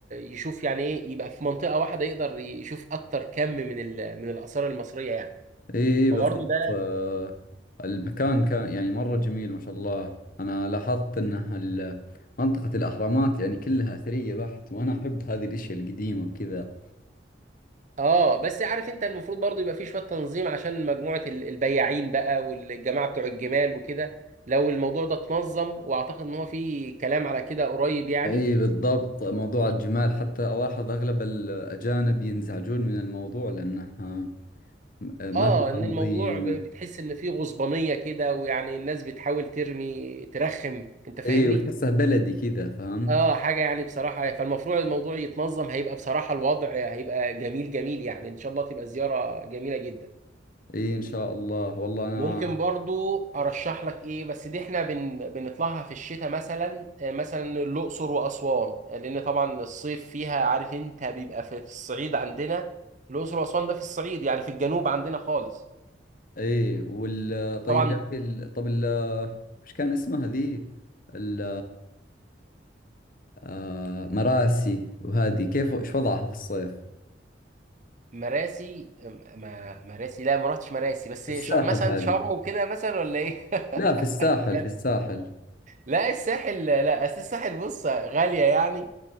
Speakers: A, on the right; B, on the left.
A: يشوف يعني ايه يبقى في منطقه واحده يقدر يشوف اكتر كم من ال- من الاثار المصريه يعني
B: اي
A: فبرضو
B: بالضبط
A: ده
B: آه، المكان كان يعني مرة جميل ما شاء الله انا لاحظت انه ال- منطقة الاهرامات يعني كلها اثرية بحت وانا احب هذه الاشياء القديمة وكذا
A: اه بس عارف انت المفروض برضو يبقى فيه شويه تنظيم عشان مجموعه ال- البياعين بقى والجماعه بتوع الجمال وكده لو الموضوع ده اتنظم واعتقد ان هو فيه كلام على كده قريب يعني
B: اي بالضبط موضوع الجمال حتى الاحظ اغلب الاجانب ينزعجون من الموضوع لانه آه، ما
A: اه
B: في تنظيم
A: ان الموضوع ب- بتحس ان فيه غصبانيه كده ويعني الناس بتحاول ترمي ترخم انت فاهمني
B: اي وتحسه بلدي كذا فهمت
A: اه حاجه يعني بصراحه فالمفروض الموضوع يتنظم هيبقى بصراحه الوضع هيبقى جميل جميل يعني ان شاء الله تبقى زياره جميله جدا
B: اي ان شاء الله والله انا
A: ممكن برضو ارشح لك ايه بس دي احنا بن... بنطلعها في الشتاء مثلا آه، مثلا الاقصر واسوان آه، لان طبعا الصيف فيها عارف انت بيبقى في في الصعيد عندنا الاقصر واسوان ده في الصعيد يعني في الجنوب عندنا خالص
B: اي وال طيب
A: طبعا
B: يا اخي ال- طب ال- وش كان اسمها ذي ال- آه مراسي وهذه كيف ايش وضعها في الصيف
A: مراسي آه، ما مراسي لا ما رحتش مراسي بس
B: في الساحل
A: ش... مثلا
B: هذه
A: شرم وكده مثلا ولا ايه
B: لا في الساحل
A: <laughs>
B: في الساحل
A: لا الساحل لا أصل الساحل بص غالية يعني